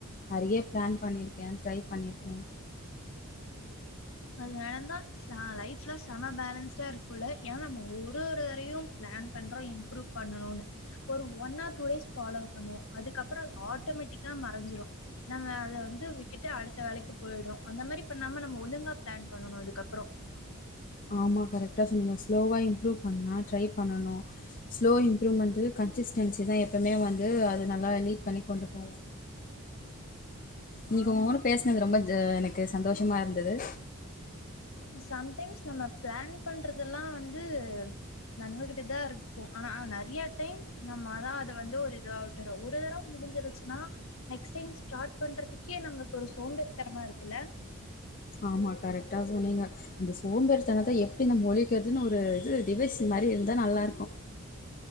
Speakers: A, on the left; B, on the left.
A: நெறைய பிளான் பண்ணிர்க்கே ட்ரை பண்ணிர்க்கே
B: அது நடந்தா சா லைஃப்லா செம பேலன்ஸ்டா இருக்குல்ல ஏனா நம்ம ஒரு ஒருதரயு பிளான் பண்றோ இம் புரூப் பண்ணனுன்னு ஒரு one or two days follow பண்ணுவோ அதுக்கப்புறோ ஆட்டமேட்டிக்கா மறஞ்சிரு நாங்க அத வந்து விட்டுட்டு அடுத்த வேலைக்கு போயிடுறோ அந்த மாரி பண்ணாம நம்ம ஒழுங்கா ஃப்ளான் பண்ணணு அதுக்கப்பறோ
A: ஆமா கரெக்டா சொன்னீங்க ஸ்லோவா இம்ப்ரூவ் பண்ணா ட்ரை பண்ணணு ஸ்லோ இம்ப்ரூவ்மெண்ட்டு கன்சிஸ்டன்சி தா எப்பவுமே வந்து அத நல்லா லீட் பண்ணி கொண்டு போவோ இன்னைக்கு
B: ஆமா
A: உங்க கூட பேசுனது ரொம்ப எனக்கு சந்தோஷமா இருந்தது
B: சம்டைடைம்ஸ் நம்ம பிளான் பண்றதெல்லா வந்து நட்ந்துகிட்டு தா இருக்கு ஆனா நெறைய டைம் நம்ம தா அத வந்து ஒரு இதுவா ஒரு தடவ முடிஞ்சிருச்சுனா நெக்ஸ்ட் டைம் ஸ்டார்ட் பண்றதுக்கே நம்புளுக்கு ஒரு சோம்பேரி தனமா இருக்குல்ல
A: ஆமா கரெக்டா சொன்னீங்க அந்த சோம்பேரித்தனத்த எப் எப்டி நம்ம ஒழைக்கிறதுன்னு ஒரு இது டிவைஸ் மாரி இருந்தா நல்லா இருக்கு